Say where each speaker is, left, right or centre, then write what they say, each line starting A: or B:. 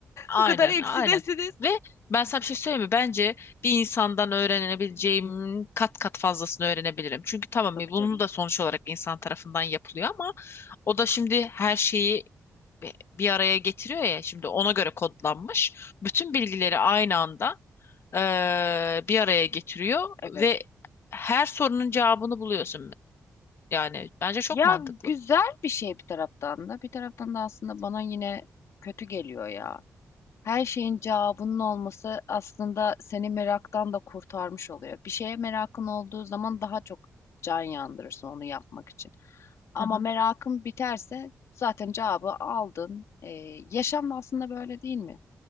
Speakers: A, on the left; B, on the left.
A: Aynen,
B: Bu kadar eksidesiniz.
A: aynen. Ve ben sana bir şey söyleyeyim mi? Bence bir insandan öğrenebileceğim kat kat fazlasını öğrenebilirim. Çünkü tamam
B: Tabii
A: e, bunu
B: canım.
A: da sonuç olarak insan tarafından yapılıyor ama o da şimdi her şeyi bi- bir araya getiriyor ya şimdi ona göre kodlanmış. Bütün bilgileri aynı anda eee, bir araya getiriyor
B: Evet.
A: ve her sorunun cevabını buluyorsun. Yani bence çok
B: Ya
A: mantıklı.
B: güzel bir şey bir taraftan da. Bir taraftan da aslında bana yine kötü geliyor ya. Her şeyin cevabının olması aslında seni meraktan da kurtarmış oluyor. Bir şeye merakın olduğu zaman daha çok can yandırırsın onu yapmak için. Ama
A: Hı hı.
B: merakın biterse zaten cevabı aldın. Ee, yaşam da aslında böyle değil mi?